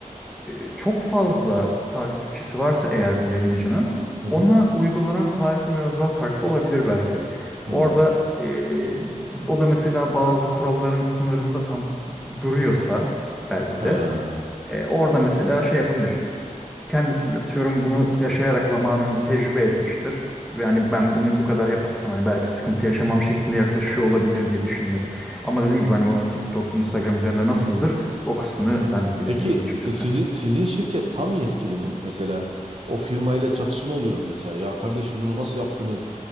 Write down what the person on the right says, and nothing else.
Hı hı.
Hı.
Ha.
Peki
e, sizin sizin şirket tam yetkili mi? Mesela o firmayla çatışma oluyor mu mesela? Ya kardeşim bunu nasıl yaptınız?